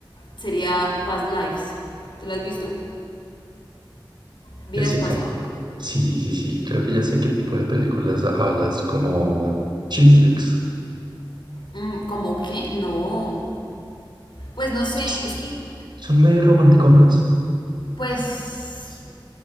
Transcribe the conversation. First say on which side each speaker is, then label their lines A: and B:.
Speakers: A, on the left; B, on the right.
A: sería Past Lives. ¿Te la has visto? Vidas
B: Ya sé
A: pasadas.
B: cómo. Sí, sí, sí. Creo que ya sé qué tipo de películas hablas, como chick flicks.
A: Mm, ¿cómo qué? No. Pues no sé,
B: S-
A: es que,
B: Son medio romanticonas.
A: pues,